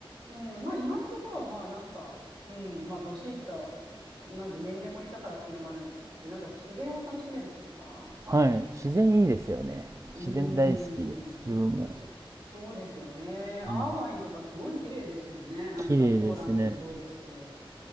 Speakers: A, on the right; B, on the right.
A: うん、まあ今のところはまあなんか、うん、まあ年いった、なんで年齢もいったからっていうのもあるし、なんか自然を楽しめるっていうか、
B: はい。自然いいですよね。
A: うーん、
B: 自然大好きです、自分も。
A: そ、そうですよね。アーバインとかすごい綺麗ですよね。
B: うん。
A: なんかトーランスもそうですし。
B: 綺麗ですね。
A: へ